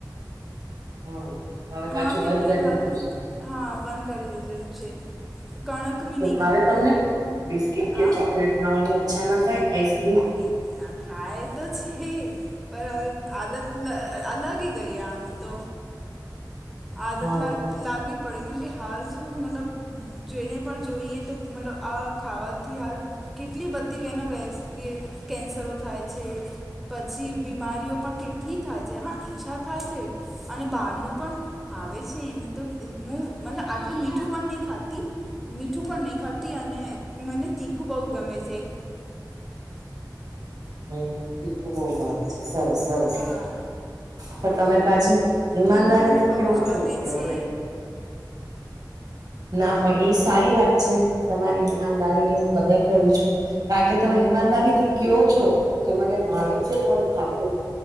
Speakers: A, on the right (about 55°); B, in the centre.
A: હમ હવે
B: હા
A: પાછું
B: કેમ
A: બંધ
B: કી
A: કરી
B: હાલ
A: દીધું
B: હા બંધ કરી દીજે છે. કણક બી
A: તો
B: નહીં
A: મારે
B: ખાતી
A: તમને બિસ્કીટ કે
B: હા
A: ચોકલેટ ખાવાની ઈચ્છા ન થાય આઈસ્ક્રીમ.
B: એ થાય તો છે પણ હવે આદત અલગ તી ગઈ આમ તો આદત
A: હા
B: લા લાગી. પડે કેમકે હાલ શું મતલબ જોઈને પણ જોઈએ તો મતલબ આ ખાવાથી હાલ કેટલી બધી વેનો <unintelligible> કેન્સરો થાય છે. પછી બીમારીઓ પણ કેટલી થાય છે. હા ઈચ્છા થાય છે અને બારનું પણ ભાવે છે એમ તો હું મતલબ આટલું મીઠું પણ નહી ખાતી. મીઠું પણ નહીં ખાતી અને મને તીખું બહુ ગમે છે. <inaudible>
A: હમ તીખું બવ ભાવ છે, સરસ સરસ
B: હા
A: પણ તમે પાછી ઈમાનદારીથી
B: તીખું મને બહુ
A: કયો
B: જ
A: છો
B: ગમે
A: કે
B: છે
A: મને ના પણ એ સારી વાત છે તમારી ઈમાનદારીની હું કદર કરું છું. કારણ કે તમે ઈમાનદારીથી કયો છો કે મને ભાવે છે પણ હું ખાતી.